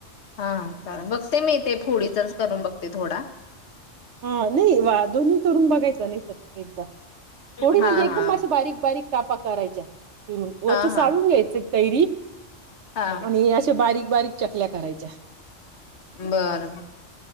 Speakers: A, on the left (about 65°); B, on the right (about 70°).
A: हा चालेल बघते मी ते फोडीचाच करून बघते थोडा
B: हा नाही वा दोन्ही करुन बघायचा नाही तर एकदा फोडी
A: हा
B: म्हणजे एकदम
A: हा
B: मशी बारीक बारीक कापा करायच्या फिरून वरचं
A: हा हा
B: साळून घ्यायचं कैरी
A: हा
B: आणि असे बारीक बारीक चकल्या करायच्या
A: बर